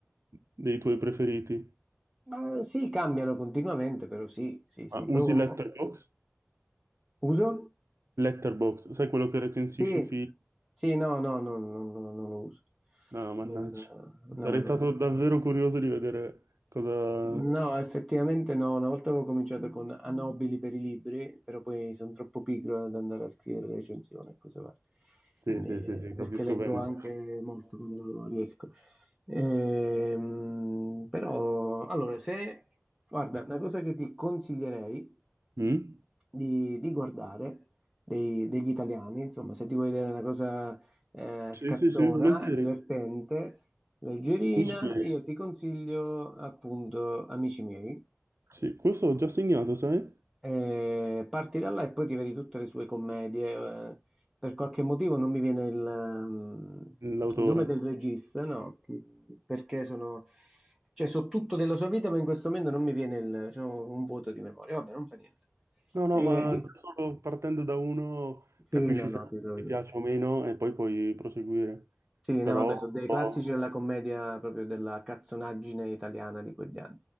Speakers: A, on the right; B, in the centre.
A: dei tuoi preferiti.
B: Ma sì, cambiano continuamente, però sì, sì, sì.
A: Ah,
B: Poi-
A: usi Letterboxd?
B: Uso?
A: Letterboxd, sai quello che recensisci
B: Sì,
A: film?
B: sì, no, no, no, no, no, non lo uso.
A: No, mannaggia.
B: Non- no,
A: Sarei
B: no. no.
A: stato davvero curioso di vedere cosa...
B: No, effettivamente no, una volta avevo cominciato con Anobili per i libri, però poi sono troppo pigro ad andare a scrivere recensioni e cose varie,
A: Sì,
B: Quindi,
A: sì, sì, sì, capisco
B: perché leggo
A: bene.
B: anche molto quando riesco. Ehm, però, allora, se, guarda, una cosa che ti consiglierei
A: Mm?
B: di, di guardare dei- degli italiani, insomma, se ti vuoi vedere una cosa eh,
A: Sì,
B: scazzona,
A: sì, sì, volentieri.
B: divertente, Leggerina,
A: Mi spiego.
B: io ti consiglio appunto Amici miei,
A: Sì, questo ho già segnato, sai?
B: Eh, parti da là e poi ti vedi tutte le sue commedie. eh. per qualche motivo non mi viene il, ehm,
A: L'autore.
B: il nome del regista, no, perché sono, cioè, so tutto della sua vita, ma in questo momento non mi viene il, c'ho un vuoto di memoria. Vabbè, non fa niente.
A: No, no,
B: Eh,
A: ma
B: di-
A: già solo partendo da uno
B: Sì,
A: capisci
B: no,
A: se
B: no, ti trovo.
A: ti piace o meno e poi puoi proseguire.
B: Sì, no,
A: Però...
B: vabbè, sono dei
A: oh,
B: classici della commedia proprio della cazzonaggine italiana di quegli anni.